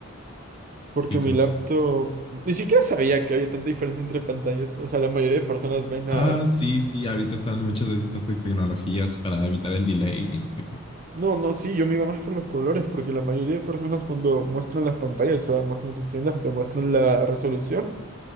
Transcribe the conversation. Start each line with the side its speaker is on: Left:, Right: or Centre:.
Right: Porque
Left: Y cosas.
Right: mi laptop. Ni siquiera sabía que había tanta diferencia entre pantallas. O sea, la mayoría de personas ven
Left: Ah,
Right: a.
Left: sí, sí, ahorita están muchas de estas te- tecnologías para evitar el delay y no sé qué.
Right: No, no, sí, yo me iba más por los colores. Porque la mayoría de personas, cuando muestran las pantallas, o sea, muestran sus tiendas, te muestran la resolución